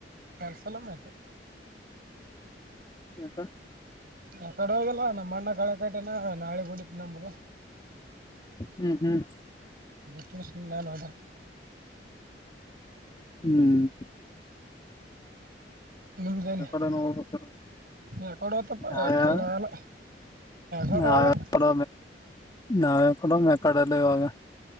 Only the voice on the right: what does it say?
ಅಲ್ಸಲೇತ
ಯ ಕಡೆ ಹೋಗಲ್ಲ ನಮ್ಮ ಅಣ್ಣ ಕಳೆ ಕಟನ ನಾಳೆ ಗೂಡತ್ ನಮ್ಮದು
ನೀ ನ ನೋದು
ನಿಮ್ದಲ್ಲ
ನ ಕೊಡತ್ತಪ್ಪ
ಯಳ ಹಟವಾಗ